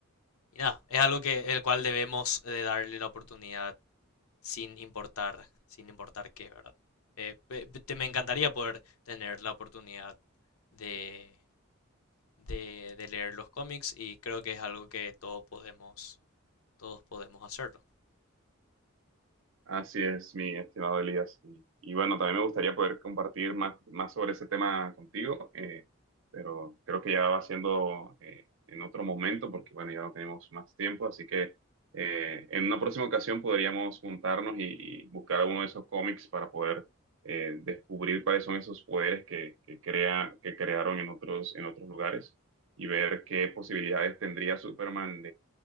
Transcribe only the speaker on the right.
Así es, mi estimado Elías. Y, y bueno, también me gustaría poder compartir más, más sobre ese tema contigo, eh, pero creo que ya va siendo eh, en otro momento, porque bueno, ya no tenemos más tiempo, así que eh, en una próxima ocasión podríamos juntarnos y, y buscar uno de esos cómics para poder eh, descubrir cuáles son esos poderes que, que, crea, que crearon en otros, en otros lugares y ver qué posibilidades tendría Superman